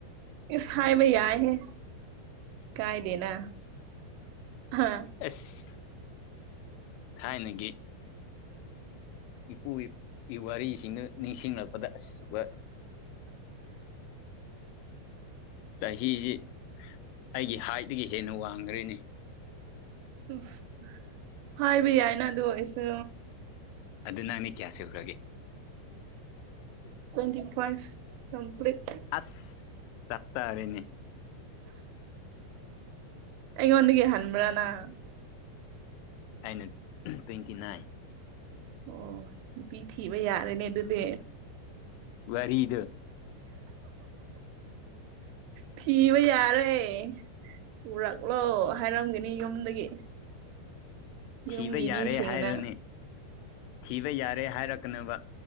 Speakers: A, on the right; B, on the left.
A: ꯏꯁ ꯍꯥꯏꯕ ꯌꯥꯏꯍꯦ ꯀꯥꯏꯗ‌ꯦꯅ ꯍꯥ
B: ꯑꯦꯁ ꯊꯥꯏꯅꯒꯤ ꯏꯄꯨꯒꯤ ꯋꯥꯔꯤꯁꯤꯡꯅ ꯅꯤꯡꯁꯤꯡꯂꯛꯄꯗ ꯑꯁ ꯋꯥ ꯆꯍꯤꯁꯤ ꯑꯩꯒꯤ ꯍꯥꯏꯠꯇꯒꯤ ꯍꯦꯟꯅ ꯋꯥꯡꯈ꯭ꯔꯦꯅ‌ꯦ
A: ꯎꯁ ꯍꯥꯏꯕ ꯌꯥꯏꯅ ꯑꯗꯨ ꯑꯣꯏꯔꯁꯨ
B: ꯑꯗꯨ ꯅꯪꯅꯤ ꯀꯌꯥ ꯁꯨꯈ꯭ꯔꯒꯦ
A: ꯇ꯭ꯋꯦꯟꯇꯤ ꯐꯥꯏꯚ ꯀꯝꯄ꯭ꯂꯤꯠ
B: ꯑꯁ ꯆꯞ ꯆꯥꯔ‌ꯦꯅꯦ
A: ꯑꯩꯉꯣꯟꯗꯒꯤ ꯍꯟꯕ꯭ꯔꯥ ꯅꯪ
B: ꯑꯩꯅ ꯇ꯭ꯋꯦꯟꯇꯤ ꯅꯥꯏꯟ
A: ꯑꯣ ꯅꯨꯄꯤ ꯊꯤꯕ ꯌꯥꯔꯦꯅꯦ ꯑꯗꯨꯗꯤ
B: ꯋꯥꯔꯤꯗ‌ꯣ
A: ꯊꯤꯕ ꯌꯥꯔ‌ꯦ ꯄꯨꯔꯛꯂꯣ ꯍꯥꯏꯔꯝꯒꯅꯤ ꯌꯨꯝꯗꯒꯤ ꯌꯨꯝꯒꯤ
B: ꯊꯤꯕ ꯌꯥꯔꯦ
A: ꯃꯤꯁꯤꯡꯅ
B: ꯍꯥꯏꯔꯅꯤ ꯊꯤꯕ ꯌꯥꯔꯦ ꯍꯥꯏꯔꯛꯀꯅꯨꯕ